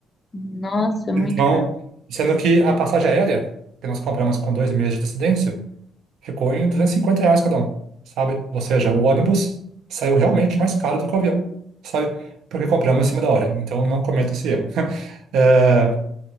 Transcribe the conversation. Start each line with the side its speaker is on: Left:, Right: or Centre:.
Left: Nossa, muito
Right: Então,
Left: caro.
Right: sendo que a passagem aérea, que nós compramos com dois meses de antecedência, Ficou em 250 reais cada um, sabe? Ou seja, o ônibus saiu realmente mais caro do que o avião, sabe? Porque compramos em cima da hora, então não cometa esse erro. <laughs> Eh,